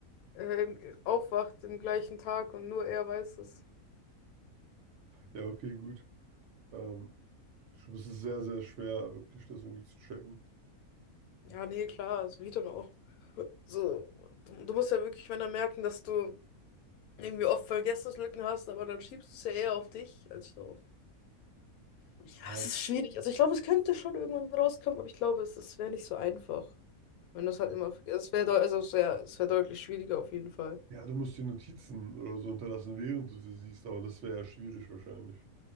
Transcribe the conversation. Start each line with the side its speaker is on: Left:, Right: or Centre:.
Left: äh, im- aufwacht im gleichen Tag und nur er weiß es.
Right: ja, okay, gut. Ähm, ich glaube, es ist sehr, sehr schwer, wirklich das irgendwie zu checken.
Left: Ja, nee, klar, so wie dann auch. So, du, du musst ja wirklich, wenn er merken, dass du irgendwie oft Vergessenslücken hast, aber dann schiebst du es ja eher auf dich als so auf. Ja,
Right: Ja,
Left: es ist schwierig. Also ich glaube, es könnte schon irgendwann rauskommen, aber ich glaube, es, es wäre nicht so einfach. Wenn du es halt immer vergisst. Es wäre deu- also es wäre es wäre deutlich schwieriger auf jeden Fall.
Right: ja, du musst die Notizen oder so hinterlassen, während du sie siehst, aber das wäre ja schwierig wahrscheinlich.